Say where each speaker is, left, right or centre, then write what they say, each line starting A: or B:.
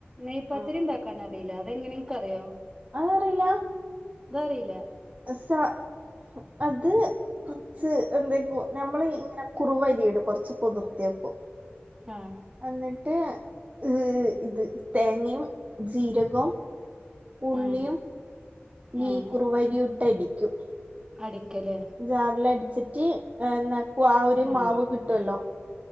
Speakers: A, on the right; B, on the right.
A: നെയ്പാത്തിരി
B: ആഹ്
A: ഉണ്ടാക്കാൻ അറിയില്ല അതെങ്ങനെ നിനക്ക് അറിയാവോ
B: അതറിയില്ല
A: അത് അറിയില്ല
B: സാ അത് കുറച്ച് എന്തെങ്കി നമ്മൾ ഇങ്ങനെ കുറുവരി ഇടും കുറച്ച് കുതിർത്തിവയ്ക്കും
A: ആഹ്
B: എന്നിട്ട് ട്ട് ഈ ഇത് തേങ്ങയും ജീരകോം ഉള്ളിയും
A: ആഹ് ആഹ്
B: ഈ കുറുവരിയിട്ടടിക്കും
A: അടിക്കലേ
B: ജാറില് അടിച്ചിട്ട് നക്കൂ ആ ഒരു
A: ആഹ്
B: മാവ് കിട്ടുവല്ലോ